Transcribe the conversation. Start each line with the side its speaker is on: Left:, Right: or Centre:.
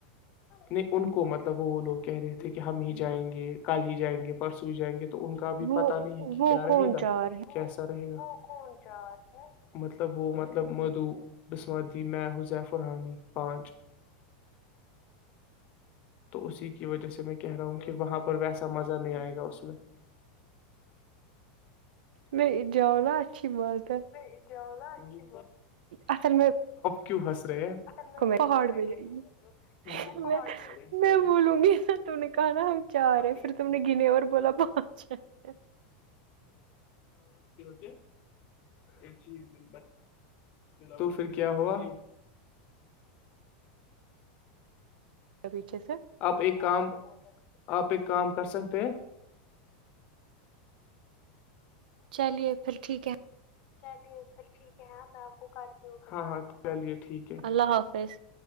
Left: نہیں ان کو مطلب وہ وہ لوگ کہہ رہے تھے کہ ہم ہی جائیں گے کل ہی جائیں گے پرسوں ہی جائیں گے تو تو ان کا بھی
Right: وہ
Left: پتا نہیں ہے کہ
Right: وہ
Left: کیا رہے
Right: کون
Left: گا
Right: چار
Left: کیسا رہے گا مطلب وہ مطلب مدو بسم میں ح زیفرحامی پانچ تو اسی کی وجہ سے میں کہہ رہا ہوں کہ وہاں پر ویسا مزہ نہیں آئے گا اس میں
Right: میں جاؤ نا اچھی بات ہے
Left: نہیں جؤا اھی
Right: اصل میں
Left: کیوحس میں
Right: پہاڑ
Left: دیکھو میں
Right: پہ
Left: کیا
Right: جائیے
Left: کری ہوں پا
Right: میں میں
Left: بولوں
Right: گی نا تم نے کہا نا ہم چار ہے
Left: گی
Right: پھر تم نے گنے اور بولا پانچ ہے،
Left: کہ <inaudible> ایسی ہی ہے ب تو پھر کیا ہوا
Right: پیچھے سے
Left: آپ ایک کام آپ ایک کام کر سکتے ہیں
Right: چلیے پھر ٹھیک ہے
Left: چلیے پھر ٹھیک ہے میں آ کو کر ہاں ہاں چلیے ٹھیک ہے
Right: اللہ حافظ